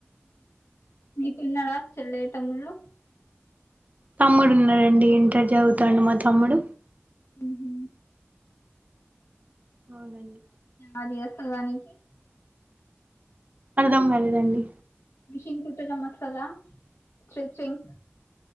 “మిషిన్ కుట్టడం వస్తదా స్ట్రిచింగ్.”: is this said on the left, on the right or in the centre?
Left